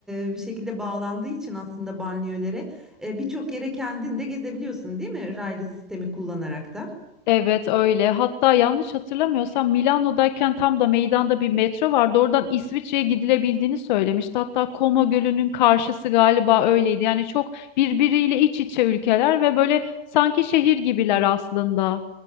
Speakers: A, in the centre; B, on the left (about 45°).
A: e, bir şekilde bağlandığı için aslında banliyölere e, birçok yere kendin de gezebiliyorsun değil mi? Raylı sistemi kullanarak da.
B: Evet öyle. Hatta yanlış hatırlamıyorsam Milano'dayken tam da meydanda bir metro vardı. Oradan İsviçre'ye gidilebildiğini söylemişti. Hatta Como Gölü'nün karşısı galiba öyleydi. Yani çok birbiriyle iç içe ülkeler ve böyle sanki şehir gibiler aslında.